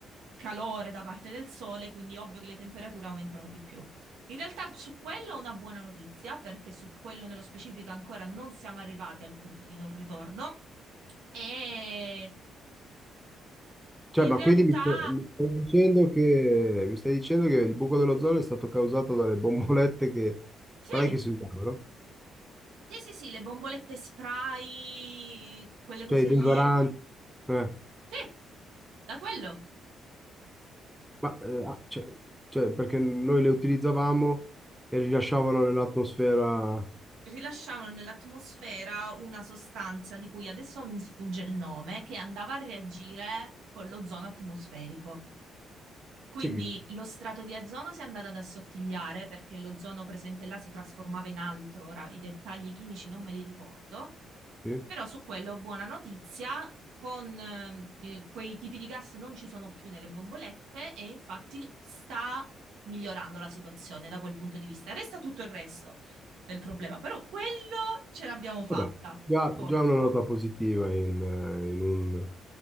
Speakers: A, on the right; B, in the centre.
A: calore da parte del sole, quindi è ovvio che le temperature aumentano di più. In realtà su quello è una buona notizia, perché su quello nello specifico ancora non siamo arrivati al punto di non ritorno. E
B: Cioè,
A: in
B: ma
A: realtà
B: quindi mi stai, mi stai dicendo che, mi stai dicendo che il buco dell'ozono è stato causato dalle bombolette che
A: Sì,
B: sparai che si usavano?
A: Sì, sì, sì, le bombolette spray, quelle cose
B: Cioè, i deodoranti.
A: lì.
B: eh.
A: Sì, da quello.
B: Ma, eh, ah, cioè, cioè, perché noi le utilizzavamo e rilasciavano nell'atmosfera.
A: rilasciavano nell'atmosfera una sostanza di cui adesso mi sfugge il nome, che andava a reagire con l'ozono atmosferico. Quindi
B: Sì, che,
A: lo strato di ozono si è andato ad assottigliare perché l'ozono presente là si trasformava in altro, ora i dettagli chimici non me li ricordo,
B: sì.
A: però su quello buona notizia, con eh, eh, quei tipi di gas non ci sono più nelle bombolette e infatti sta migliorando la situazione da quel punto di vista. Resta tutto il resto, del problema, però quello ce l'abbiamo fatta,
B: Vabbè, già,
A: forse.
B: già una nota positiva in, eh, in un,